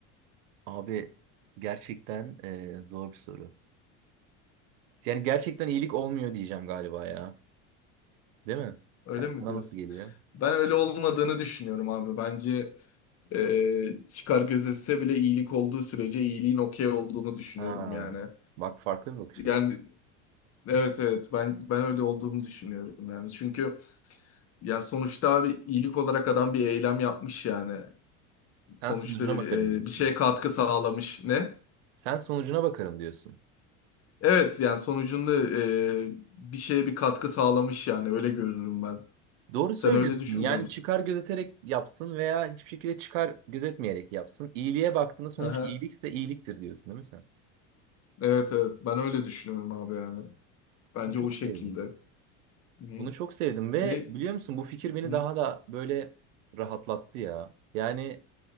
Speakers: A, on the right; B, on the left.
A: abi gerçekten e, zor bir soru. Yani gerçekten iyilik olmuyor diyeceğim galiba ya. Değil mi?
B: Öyle
A: Yani
B: mi
A: sana
B: diyorsun?
A: nasıl geliyor?
B: Ben öyle olmadığını düşünüyorum abi. Bence e, çıkar gözetse bile iyilik olduğu sürece iyiliğin okey olduğunu düşünüyorum
A: Ha,
B: yani.
A: bak farklı bir bakış açısı.
B: Yani evet evet ben ben öyle olduğunu düşünüyorum yani. Çünkü Yani sonuçta abi iyilik olarak adam bir eylem yapmış yani. Sonuçta
A: Sen sonucuna
B: bir,
A: bakarım diyorsun.
B: e, bir şeye katkı sağlamış. Ne?
A: Sen sonucuna bakarım diyorsun.
B: Evet yani sonucunda e, bir şeye bir katkı sağlamış yani öyle görürüm ben.
A: Doğru
B: Sen
A: söylüyorsun.
B: öyle düşünmüyor
A: Yani
B: musun?
A: çıkar gözeterek yapsın veya hiçbir şekilde çıkar gözetmeyerek yapsın. İyiliğe baktığında sonuç
B: Aha.
A: iyilikse iyiliktir diyorsun değil mi sen?
B: Evet evet ben öyle düşünüyorum abi yani. Bence
A: Bunu çok
B: o şekilde.
A: sevdim.
B: Hı.
A: Bunu çok sevdim ve
B: Ne?
A: biliyor musun bu fikir beni
B: Hı.
A: daha da böyle rahatlattı ya. Yani